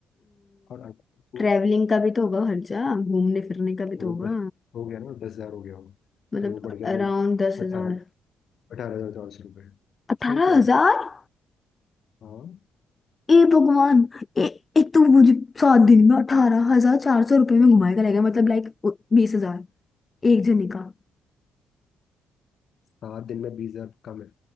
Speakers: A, on the left (about 60°); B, on the left (about 30°).
A: और अगर तो
B: ट्रैवलिंग का भी तो होगा खर्चा घूमने फिरने का भी तो
A: वो
B: होगा
A: दस हो गया ना दस हज़ार हो गया हो
B: मतलब
A: तो वो बढ़ गया तेरे
B: अराउंड
A: को
B: दस
A: अठारह
B: हजार
A: अठारह हज़ार चार सौ रुपये
B: अठारह
A: सही तो है
B: हजार
A: हाँ
B: ए भगवान ए, एक तो मुझे सात दिन में अठारह हजार चार सौ रुपये में घुमाएगा लेगा मतलब लाइक बीस हजार एक जने का
A: सात दिन में बीस हज़ार कम है